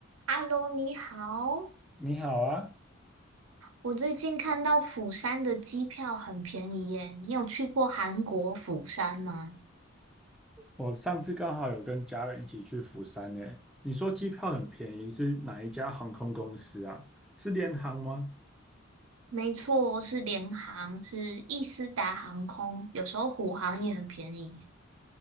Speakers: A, on the right (about 80°); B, in the centre.
A: Hello，你好。
B: 你好啊，
A: 我最近看到釜山的机票很便宜耶，你有去过韩国釜山吗？
B: 我上次刚好有跟家人一起去釜山呢。你说机票很便宜，是哪一家航空公司啊？是联航吗？
A: 没错，是联航，是易斯达航空，有时候虎航也很便宜。